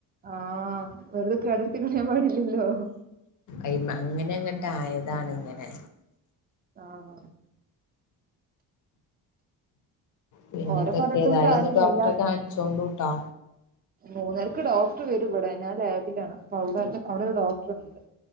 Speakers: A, on the right; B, on the left.
A: ആഹ വറദക്കെ അഡർത്തി കെ മാില്ലല്ലോ
B: അ അങ്ങനെങ്ങോട്ട ആയതാണ് ഇങ്ങനെ
A: ആഹ്
B: പിന്നെ
A: ഓരെ
B: എന്തൊക്കെ
A: പറഞ്ഞിട്ടും
B: ഏതായാലും
A: കാര്യല്ലല്ല
B: ഒന്ന് ഡോക്ടറെ കാണിച്ചോണ്ട് കട്ടാ
A: മൂന്നരക്ക് ഡോക്ടർ വരും ഇവിടെ ഞാൻ ലാബിലാണ് അപ്പ അവിടെ അവിടെ ഒരു ഡോക്ടറണ്ട്